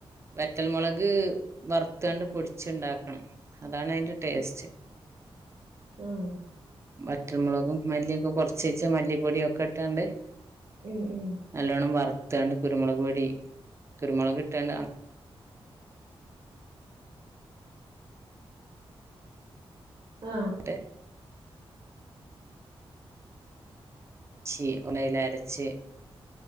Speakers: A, on the right (about 25°); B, on the right (about 50°).
A: വെറ്റൽമുളക് വറുത്തുകാണ്ട് പൊടിച്ച്ണ്ടാക്കണം അതാണ് അയ്ന്റെ ടേസ്റ്റ്
B: ഉം
A: വറ്റൽമുളകും മല്ലിയൊക്കെ കുറചീച്ചേ മല്ലിപ്പൊടിയോക്കെട്ടാണ്ട്
B: ഉം ഉം
A: നല്ലോണ്ണം വറുത്താണ്ട് കുരുമുളക് പൊടി കുരുമുളക് ട്ടാണ്ട് അ
B: ആ
A: അങ്ങട്ട് ചി ഒന്നായിലരച്ച്